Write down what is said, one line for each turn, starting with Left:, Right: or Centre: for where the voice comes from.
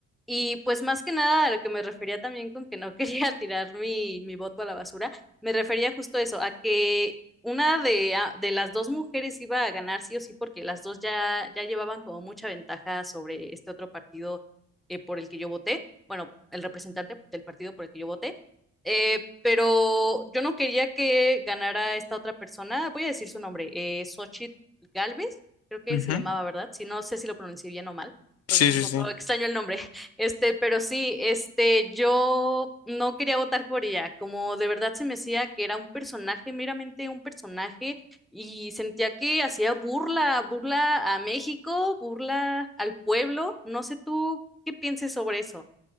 Centre: Y pues más que nada a lo que me refería también con que no <laughs> quería tirar mi, mi voto a la basura, me refería justo a eso, a que una de, a- de las dos mujeres iba a ganar sí o sí, porque las dos ya, ya llevaban como mucha ventaja sobre este otro partido eh, por el que yo voté, bueno, el representante del partido por el que yo voté, eh, pero yo no quería que ganara esta otra persona, voy a decir su nombre, eh, Xochitl Gálvez, creo que
Left: Ujú.
Centre: se llamaba, ¿verdad? Si no sé si lo pronuncié bien o mal porque
Left: Sí,
Centre: es un
Left: sí,
Centre: poco
Left: sí.
Centre: extraño el nombre. Este, pero sí, este, yo no quería votar por ella, como de verdad se me decía que era un personaje, meramente un personaje, y sentía que hacía burla, burla a México, burla al pueblo, no sé tú qué pienses sobre eso.